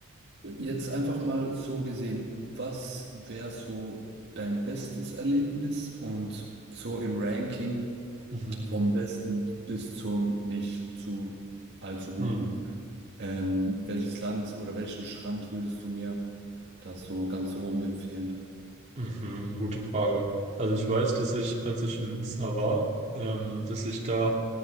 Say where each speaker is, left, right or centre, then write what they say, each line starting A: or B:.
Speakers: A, on the right (about 50°); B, on the right (about 30°).
A: Jetzt einfach mal so gesehen, was wäre so dein bestes Erlebnis und so im Ranking
B: Mhm.
A: vom besten bis zum nicht zu allzu guten?
B: Hm.
A: Ähm, welches Land oder welchen Strand würdest du mir da so ganz oben empfehlen?
B: Mhm. Gute Frage. Also ich weiß, dass ich, als ich in Nizza war, ähm, dass ich da